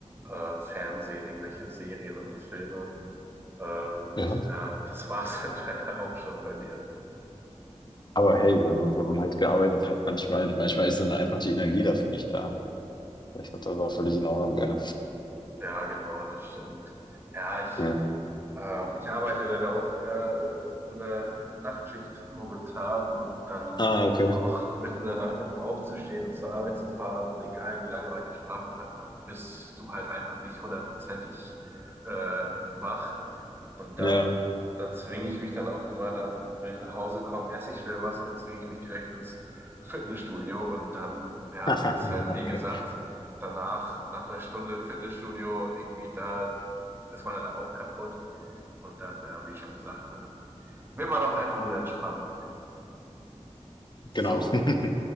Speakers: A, on the right (about 20°); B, on the left (about 40°).
A: äh, Fernsehen, irgendwelche Serien oder Filme. Äh, und
B: Ja.
A: ja, das war's dann <laughs> leider auch schon bei mir.
B: Aber hey, wenn man, wenn man halt gearbeitet hat, manchmal, manchmal ist dann einfach die Energie dafür nicht da. Ich glaube, das ist auch völlig in Ordnung, ja.
A: Ja, genau, das stimmt. Ja, ich,
B: Ja.
A: ähm, ich arbeite leider auch äh, in der Nachtschicht momentan und dann
B: Ah, okay.
A: auch mitten in der Nacht dann aufzustehen und zur Arbeit zu fahren, so egal wie lange man geschlafen hat, da bist du halt einfach nicht hundertprozentig äh, wach. Und
B: Ja.
A: dann, dann zwinge ich mich dann auch immer dann, wenn ich nach Hause komme, esse ich schnell was und dann zwinge ich mich direkt ins Fitnessstudio und dann, ja,
B: <laughs>
A: das
B: Okay.
A: ist halt wie gesagt, danach, nach einer Stunde Fitnessstudio, irgendwie da ist man dann auch kaputt und dann, ja, wie schon gesagt, dann will man doch einfach nur entspannen. So,
B: Genau. <laughs>